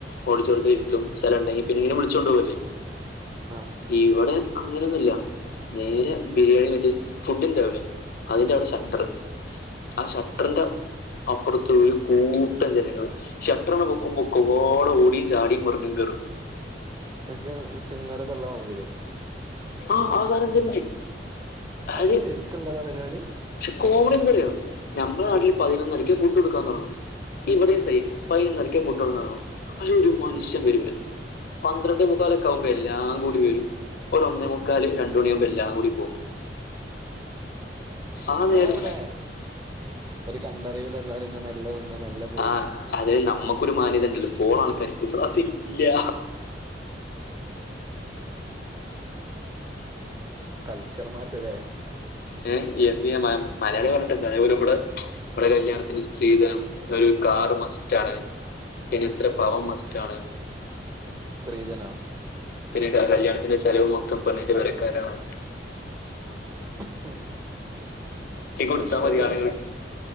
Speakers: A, on the left; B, on the right.
A: ഓടിറ്റൊറിയത്തിൽ ഇരുത്തും സ്ഥലം ഉണ്ടെങ്കി പിന്നെ ഇങ്ങനെ വിളിച്ചു കൊണ്ട് പോകില്ലെ
B: ആ
A: ഇവിടെ അങ്ങനെയൊന്നുല്ല നേരെ ബിരിയാണി അങ്ങട് ഫുഡ് ഇണ്ടാവൂലെ അതിന്റെ അവിടെ
B: ഉം
A: ഷട്ടർ ആ ഷട്ടറിന്റെ അപ്പുറത്ത് ഒരു കൂ ട്ടം ജനങ്ങൾ ഷട്ടറ് പൊക്കുമ്പോ ഒക്കെ പ്പാടെ ഓടിയും ചാടിയും മറിഞ്ഞും കേറും
B: ഇത്ക്കെ സിൻമയിലേക്കെ ഉള്ള മാതിരി
A: ആഹ് ആ സാധനം തന്നെ അതായത്
B: അതും ശരിക്ക്ള്ളതാ പരിപാടി
A: പക്ഷെ <unintelligible> നമ്മുടെ നാട്ടില് പതിനൊന്നരക്ക്
B: ഉം,
A: ഫുഡ് കൊടുക്കാൻതുടങ്ങും ഇവിടെ
B: ഉം,
A: സൈം പയിനൊന്നേരക്കെ ഫുഡ്‌ കൊടുക്കാനാകൂ പക്ഷേ ഒരു മനുഷ്യൻ
B: ഉം.
A: വരൂല്ല പന്ത്രണ്ട് മുക്കാലൊക്ക ആവുമ്പം എല്ലാം കൂടി വരും ഒരു ഒന്നേ മുക്കാല് രണ്ട് മണിയാകുമ്പം എല്ലാം കൂടി പോകും
B: നമ്മളെ
A: ആ നേരം
B: ഇവിടെ ഒരു കണ്ടറിവിന് എല്ലരും ങ്ങനെ മെല്ലേ വന്ന് മെല്ലെ പോയി
A: ആഹ് അത് നമ്മക്കൊരു മാന്യത ഉണ്ടല്ലോ പോണ ആൾക്കാർക്ക് അതില്ല <inaudible>
B: കൾച്ചർ മാറ്റലെ
A: ഏഹ് എന്ത് ചെയ്യ മലയാളിന് പറഞ്ഞിട്ട് അതേപോലെ ഇവിടെ നമ്മളെ കല്യാണത്തിന് സ്ത്രീധനം ഒരു കാർ മസ്റ്റ് ആണ് പിന്നേ ഇത്ര പവൻ മസ്റ്റാണ്
B: സ്ത്രീധനോ
A: പിന്നെ കല്യാണത്തിന്റെ ചെലവും മൊത്തം പെണ്ണിന്റെ പെരക്കാരാണ്
B: <inaudible>
A: കെട്ടി കൊടുത്താ
B: പെൺപേക്കാര്
A: മതി ആണുങ്ങൾക്ക്